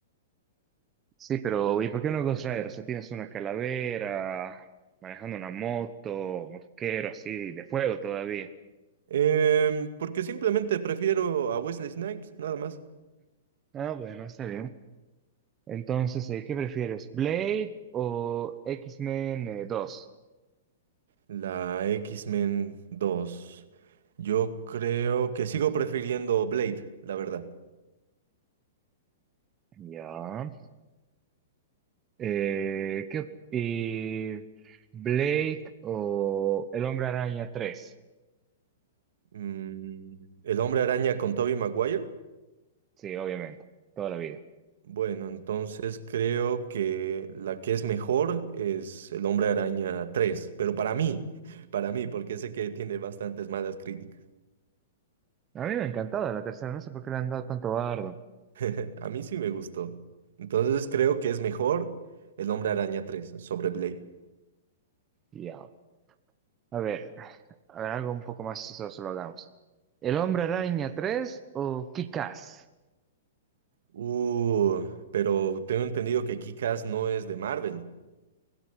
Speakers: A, on the right; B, on the right.
A: Sí, pero ¿y por qué no Ghost Rider? O sea, tienes una calavera, manejando una moto, motoquero así, de fuego todavía.
B: Em, porque simplemente prefiero a Wesley Snipes, nada más.
A: Ah, bueno, está bien. Entonces, eh, ¿qué prefieres? ¿Blade o X-Men eh, 2?
B: La X-Men 2. Yo creo que sigo prefiriendo Blade, la verdad.
A: Ya. Eh, ¿qué, y Blade o El Hombre Araña 3?
B: Mm, el Hombre Araña con Tobey Maguire.
A: Sí, obviamente, toda la vida.
B: Bueno, entonces creo que la que es mejor es El Hombre Araña 3, pero para mí, <laughs> para mí, porque sé que tiene bastantes malas críticas.
A: A mí me ha encantado la tercera, no sé por qué le han dado tanto bardo.
B: <laughs> A mí sí me gustó. Entonces creo que es mejor El Hombre Araña tres sobre Blade.
A: Ya. A ver, a ver, algo un poco más chistoso lo hagamos. ¿El Hombre Araña 3 o Kick-Ass?
B: Uh, pero tengo entendido que Kick-Ass no es de Marvel.